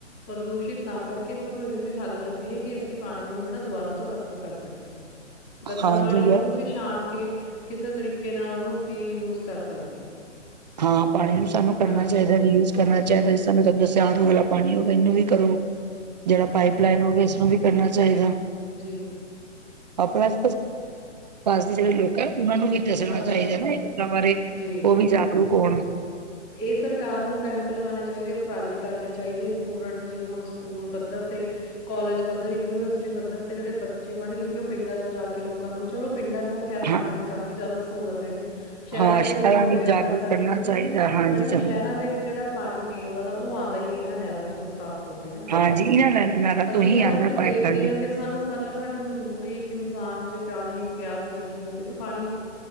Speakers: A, on the left; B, on the right.
A: ਪ੍ਰਦੂਸ਼ਿਤ ਨਾ ਕਰਕੇ ਸਗੋਂ ਇਹੋ ਜਿਹੇ ਹੱਲ ਲ- ਭੀ ਕਿ ਅਸੀਂ ਪਾਣੀ ਨੂੰ ਜਿਹੜਾ ਦੁਬਾਰਾ ਤੋਂ ਵਰਤੋਂ ਕਰ ਸਕੀਏ ਗੰਦਾ
B: ਹਾਂਜੀ
A: ਪਾਣੀ ਉਹਨੂੰ ਅਸੀਂ- ਛਾਣ ਕੇ ਕਿਸੇ ਤਰੀਕੇ ਨਾਲ ਉਹਨੂੰ ਅਸੀਂ ਯੂਜ ਕਰ ਸਕਦੇ ਹਾਂ-
B: ਹਾਂ ਪਾਣੀ ਵੀ ਸਾਨੂੰ ਕਰਨਾ
A: ਹਾਂਜੀ
B: ਚਾਹੀਦਾ ਯੂਜ ਕਰਨਾ
A: ਜੀ
B: ਚਾਹੀਦਾ ਤੁਹਾਨੂੰ ਦੱਸਿਆ ਆਰੂ
A: ਹਾਂਜੀ
B: ਵਾਲਾ ਪਾਣੀ ਹੋਵੇ ਇਹਨੂੰ ਵੀ ਕਰੋ- ਜਿਹੜਾ ਪਾਈਪ ਲਾਈਨ
A: ਜੀ
B: ਹੋਵੇ ਇਸਨੂੰ ਵੀ ਕਰਨਾ ਚਾਹੀਦਾ-
A: ਜੀ-
B: <inaudible> ਅੱਜ ਦੇ ਜਿਹੜੇ ਲੋਕ ਹੈ ਉਹਨਾਂ ਨੂੰ ਵੀ ਦੱਸਣਾ
A: ਹਾਂਜੀ
B: ਚਾਹੀਦਾ ਹੈ ਨਾ ਇਹ ਗੱਲਾਂ ਬਾਰੇ
A: ਜੀ
B: ਉਹ ਵੀ ਜਾਗਰੂਕ ਹੋਣ-
A: ਇਹ ਸਰਕਾਰ ਨੂੰ ਕੈਂਪ ਲਗਾਉਣੇ ਚਾਹੀਦੇ ਉਪਰਾਲੇ ਕਰਨੇ ਚਾਹੀਦੇ ਸਟੂਡੈਂਟ ਜਿਵੇਂ ਹੁਣ ਸਕੂਲ ਪੱਧਰ ਤੇ- ਕਾਲੇਜ ਪੱਧਰ ਯੂਨੀਵਰਸਿਟੀ ਪੱਧਰ ਤੇ ਜਿਹੜੇ ਬੱਚੇ ਪੜ੍ਹੇ ਲਿਖੇ ਉਹ ਪਿੰਡਾਂ ਚ ਜਾ ਕੇ ਲੋਕਾਂ ਨੂੰ ਚਲੋ ਪਿੰਡਾਂ- ਤਾਂ ਖ਼ੈਰ
B: ਹਾਂ
A: ਪਾਣੀ ਦੀ ਕਾਫ਼ੀ ਜ਼ਿਆਦਾ ਸਹੂਲਤ ਹੈਗੀ ਸ਼ਹਿਰਾਂ
B: ਹਾਂ
A: ਦੇ ਵਿੱਚ ਉਹ ਅਵੇਅਰ
B: ਜਾਗਰੂਕ
A: ਕਰ ਸਕਦੇ
B: ਕਰਨਾ
A: ਹੈ
B: ਚਾਹੀਦਾ
A: ਕਿਉਂਕਿ-
B: ਹਾਂਜੀ
A: ਮੈਡਮ
B: ਸਭ
A: ਸ਼ਹਿਰਾਂ
B: ਨੂੰ।
A: ਦੇ ਵਿੱਚ ਜਿਹੜਾ ਪਾਣੀ ਪੀਣ ਵਾਲਾ ਉਹ ਆਉਂਦਾ ਹੀ ਨਾ ਨਹਿਰਾਂ ਤੋਂ ਸਾਫ਼ ਹੋਵੇ ਨਾ
B: ਹਾਂਜੀ ਇਹਨਾਂ ਦਾ ਨਾਰਾ
A: ਅਸੀਂ
B: ਤੋਂ ਹੀ
A: ਸਾਰਾ
B: ਆਉਂਦਾ
A: ਕੁਛ
B: ਪਾਈਪਲਾਈਨ
A: ਦੇਖਦੇ
B: ਜੀ
A: ਹਾਂ ਫਿਰ ਸਾਨੂੰ ਮਤਲਬ ਸਾਡੀ ਮਜਬੂਰੀ ਇੱਕ ਇਨਸਾਨ ਜੇ ਪਾਣੀ ਪਿਆਸ ਲੱਗੀ ਹੋਏਗੀ ਤਾਂ ਪਾਣੀ